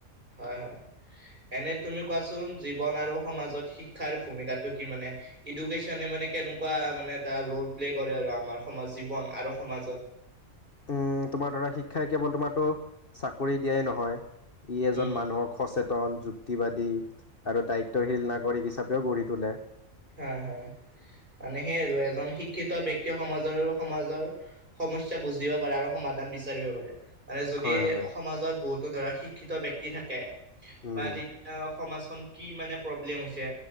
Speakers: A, on the right (about 35°); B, on the left (about 45°).
A: হয় হয় এনে তুমি কোৱাচোন জীৱন আৰু সমাজত শিক্ষাৰ ভূমিকাটো কি মানে? এডুকেশ্যন মানে কেনেকুৱা মানে এটা ৰল প্লে কৰে আৰু আমাৰ সম জীৱন আৰু সমাজত?
B: উম উ তোমাৰ ধৰা শিক্ষাই কেৱল তোমাৰতো চাকৰি দিয়াই নহয়, ই এজন
A: উম
B: মানুহৰ খচেত ন যুক্তিবাদী আৰু দায়িত্বশীল নাগৰিক হিচাপেও গঢ়ি তোলে।
A: হয় হয়। মানে সেইয় আৰু এজন শিক্ষিত ব্যয়ক্তিয়ে সমাজৰ সমাজৰ সমস্যা বুজিব পাৰে আৰু সমাজ- দান বিচাৰিব পাৰে, মানে যদি
B: হয় হয়
A: সমাজত বহুতো ধৰা শিক্ষিত ব্যক্তি থাকে।
B: উম,
A: বা তেতিয়াও সমাজখন কি মানে প্ৰব্লেম হৈছে